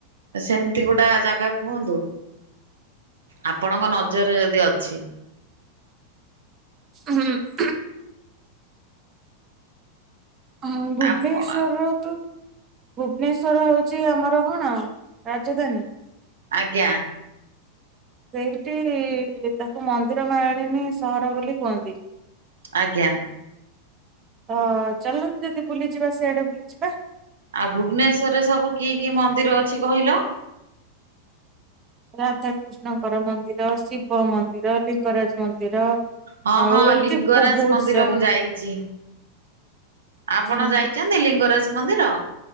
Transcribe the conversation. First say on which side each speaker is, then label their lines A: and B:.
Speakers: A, on the right; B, on the right.
A: ସେମିତି ଗୋଟା ଜାଗା କୁହନ୍ତୁ ଆପଣଙ୍କ ନଜ ରେ ଯଦି ଅଛି।
B: ଉଁ ହଁ। ହ ଭୁବନେଶ୍ୱଵର
A: ଆପଣ
B: ତ ଭୁବନେଶ୍ଵର ହଉଛି ଆମର କଣ ରାଜଧାନୀ।
A: ଆଜ୍ଞା।
B: ସେଇଠି ତାକୁ ମନ୍ଦିର ମାଳିନୀ ସହର ବୋଲି କୁହନ୍ତି।
A: ଆଜ୍ଞା।
B: ତ ଚାଲନ୍ତୁ ଯଦି ବୁଲିଯିବା ସେଆଡେ ବୁଲିଯିବା।
A: ଆଉ ଭୁବନେଶ୍ଵରରେ ସବୁ କି କି ମନ୍ଦିର ଅଛି କହିଲ?
B: ରାଧାକୃଷ୍ଣଙ୍କର ମନ୍ଦିର ଶିବ ମନ୍ଦିର ଲିଙ୍ଗରାଜ ମନ୍ଦିର।
A: ହଁ
B: ଆଉ
A: ହଁ
B: ଏମିତି
A: ଲିଙ୍ଗରାଜ
B: ବହୁତ
A: ମନ୍ଦିର
B: ସାରା
A: ମୁଁ ଯାଇଛି। ଆପଣ
B: ହଁ
A: ଯାଇଛନ୍ତି ଲିଙ୍ଗରାଜ ମନ୍ଦିର।